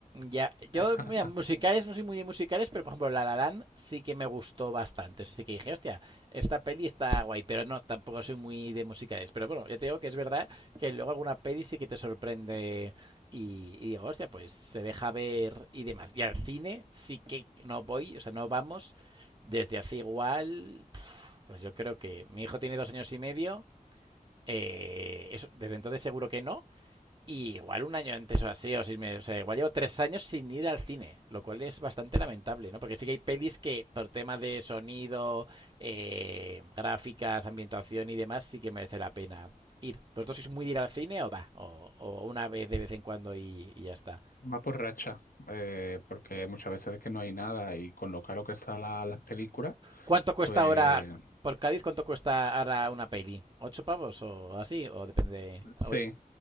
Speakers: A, on the right; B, on the left.
A: Ya, yo,
B: <laughs>
A: mira, musicales, no soy muy de musicales, pero por ejemplo, La La Land sí que me gustó bastante. Así que dije, hostia, esta peli está guay, pero no, tampoco soy muy de musicales. Pero bueno, ya te digo que es verdad que luego alguna peli sí que te sorprende y, y digo, hostia, pues se deja ver y demás. Y al cine sí que no voy, o sea, no vamos desde hace igual, pf, pues yo creo que mi hijo tiene dos años y medio. eh, eso- desde entonces seguro que no, y igual un año antes o así, o seis meses, o sea, igual llevo tres años sin ir al cine, lo cual es bastante lamentable, ¿no? Porque sí que hay pelis que por tema de sonido, eh, gráficas, ambientación y demás, sí que merece la pena ir. ¿Vosotros sois muy de ir al cine o va? O, o una vez de vez en cuando y, y ya está.
B: va por racha, eh, porque muchas veces es que no hay nada y con lo caro que están la- las películas,
A: ¿Cuánto cuesta
B: pues
A: ahora, por Cádiz, cuánto cuesta ahora una peli? ¿Ocho pavos o así? O depende...
B: sí,
A: Uy,